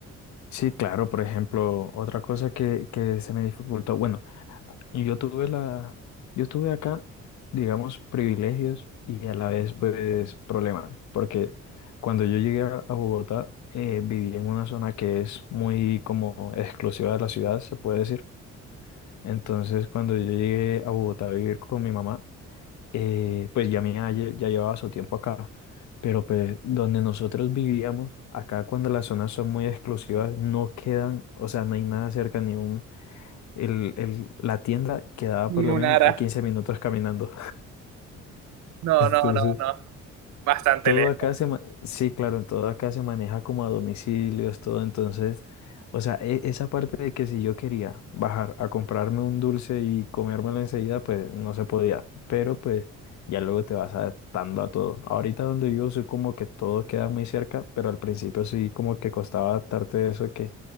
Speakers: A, on the left; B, on the right.
A: Sí, claro, por ejemplo, otra cosa que, que se me dificultó, bueno, Y yo tuve la, yo tuve acá, digamos, privilegios y a la vez, pues, problemas, porque cuando yo llegué a a Bogotá, eh, viví en una zona que es muy como exclusiva de la ciudad, se puede decir. Entonces, cuando yo llegué a Bogotá a vivir con mi mamá, eh, pues ya mi mamá lle- ya llevaba su tiempo acá, pero pues donde nosotros vivíamos, acá cuando las zonas son muy exclusivas, no quedan, o sea, no hay nada cerca, ni un el- el- la tienda quedaba
B: Y
A: por lo
B: un
A: menos
B: ara-
A: a 15 minutos caminando.
B: No,
A: <laughs> Entonces,
B: no, no, no. Bastante
A: todo
B: lejos.
A: acá se, ma- sí, claro, en todo acá se maneja como a domicilios, todo. Entonces, o sea, e- esa parte de que si yo quería bajar a comprarme un dulce y comérmelo enseguida, pues no se podía. Pero pues ya luego te vas adaptando a todo. Ahorita donde yo soy como que todo queda muy cerca, pero al principio sí como que costaba adaptarte a eso que,